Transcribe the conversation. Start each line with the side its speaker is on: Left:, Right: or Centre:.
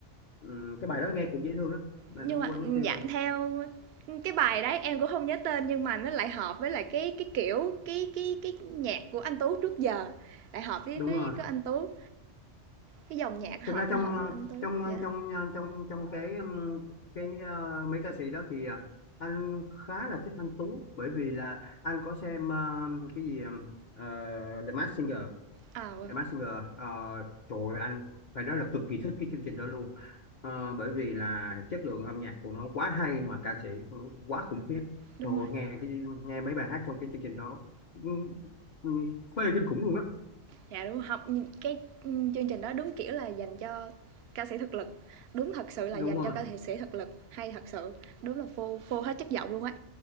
Left: ừ, cái bài đó nghe cũng dễ thương lắm mà
Right: Nhưng
Left: nó quên
Right: mà,
Left: mất
Right: ừm,
Left: tiêu
Right: dạ,
Left: rồi
Right: theo cái bài đấy em cũng không nhớ tên nhưng mà nó lại hợp với lại cái cái kiểu, cái cái cái nhạc của anh Tú trước giờ, lại hợp với
Left: đúng
Right: cái
Left: rồi
Right: cái anh Tú, cái dòng nhạc
Left: thực
Right: hợp
Left: ra trong
Right: nó hợp
Left: ờ,
Right: với anh Tú,
Left: trong ờ,
Right: dạ.
Left: trong ờ, trong trong cái ừm, cái ờ, mấy ca sĩ đó thì ờ, anh khá là thích anh Tú bởi vì là anh có xem ờ, cái gì ờ, The Masked Singer
Right: à vâng,
Left: The Masked Singer Ờ, trời ơi, anh phải nói là cực kỳ thích cái chương trình đó luôn Ờ, bởi vì là chất lượng âm nhạc của nó quá hay mà ca sĩ của nó quá khủng khiếp
Right: đúng
Left: trời ơi,
Right: rồi,
Left: nghe cái nghe mấy bài hát trong cái chương trình đó ừ, ừ, phê kinh khủng luôn á
Right: dạ, đúng học cái, chương trình đó đúng kiểu là dành cho ca sĩ thực lực, đúng thật sự là
Left: đúng
Right: dành
Left: rồi
Right: cho ca sĩ thực lực, hay thật sự, đúng là phô phô hết chất giọng luôn á.